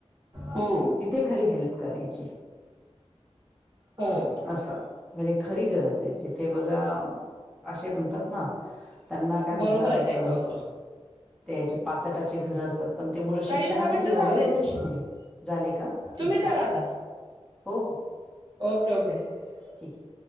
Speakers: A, on the right; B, in the centre.
A: हो
B: तिथे खरी हेल्प करायची.
A: होम
B: असं म्हणजे खरी गरज आहे जिथे बघा. असे म्हणतात ना त्यांना काय
A: बरोबर
B: म्हणतात.
A: आहे ताई तुमचं
B: त्याचे पाचटाचे घरं असतात. पण ते मुलं शिक्षणासाठी
A: ताई दहा मिनिटं
B: एवढे
A: झालेत
B: एवढेशी मुले झाले का
A: तुम्ही
B: ठीक
A: करा
B: आहे.
A: आता
B: हो हो
A: ओके ओके ठीक आहे.
B: ठीक आहे